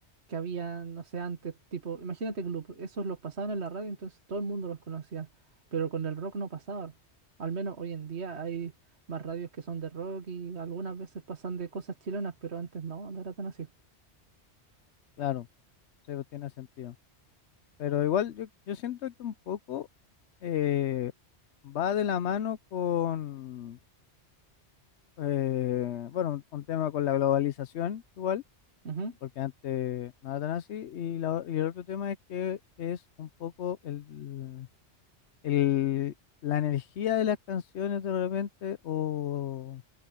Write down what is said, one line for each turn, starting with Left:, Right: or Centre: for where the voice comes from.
Right: que había, no sé, antes, tipo, imagínate Gloop, esos los pasaban en la radio, entonces todo el mundo los conocía, pero con el rock no pasaba. Al menos hoy en día hay más radios que son de rock y algunas veces pasan de cosas chilenas, pero antes no, no era tan así.
Left: claro, sí, pues, tiene sentido. Pero igual yo, yo siento que un poco eh, va de la mano con, eh, bueno, un un tema con la globalización igual,
Right: Ujú.
Left: porque antes no era tan así. Y, la o- y el otro tema es que es un poco el, el- la energía de las canciones de repente o...